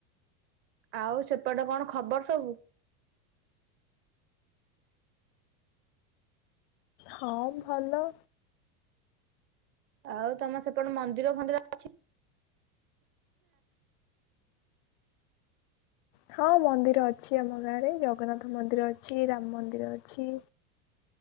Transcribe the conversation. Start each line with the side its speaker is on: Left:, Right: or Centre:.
Right: ଆଉ ସେପଟେ କଣ ଖବର ସବୁ?
Left: ହଁ ଭଲ।
Right: ଆଉ ତମ ସେପଟେ ମନ୍ଦିର ଫନ୍ଦିର ଅଛି
Left: ହଁ ମନ୍ଦିର ଅଛି ଆମ ଗାଁରେ ଜଗନ୍ନାଥ ମନ୍ଦିର ଅଛି ରାମ ମନ୍ଦିର ଅଛି।